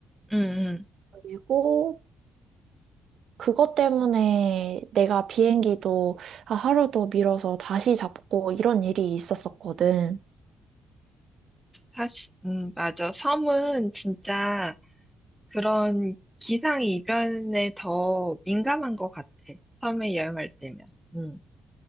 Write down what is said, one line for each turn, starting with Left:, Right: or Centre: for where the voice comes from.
Centre: 응, 응.
Right: 그리고 그것 때문에 내가 비행기도 아, 하루 더 밀어서 다시 잡고 이런 일이 있었었거든.
Centre: 사실 음 맞아. 섬은 진짜 그런 기상이변에 더 민감한 것 같아. 섬에 여행할 때면. 음.